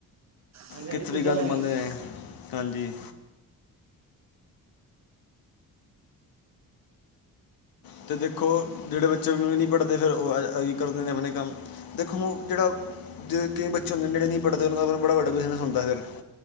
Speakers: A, on the right (about 50°); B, on the left (about 80°).
A: ਹਾਂਜੀ
B: ਕਿੱਥੇ
A: ਹਾਂਜੀ ਪੁੰਜੇ
B: ਵੀ ਗੰਧ
A: ਪੈ
B: ਪਾਉਂਦੇ
A: ਜਾਂਦੇ
B: ਨੇ ਹਾਂਜੀ ਅਤੇ ਦੇਖੋ, ਜਿਹੜੇ ਬੱਚੇ ਨਹੀਂ ਪੜ੍ਹਦੇ ਫਿਰ ਉਹ ਆਹੀ ਕਰਦੇ ਨੇ ਆਪਣੇ ਕੰਮ। ਦੇਖੋ ਜਿਹੜਾ ਜੇ ਕਈ ਬੱਚੇ ਹੁੰਦੇਨ, ਜਿਹੜੇ ਨਹੀਂ ਪੜ੍ਹਦੇਨ, ਓਹਨਾਂ ਦਾ ਬੜਾ ਵੱਡਾ ਬੀਜ਼ਨਸ ਹੁੰਦਾ, ਫਿਰ।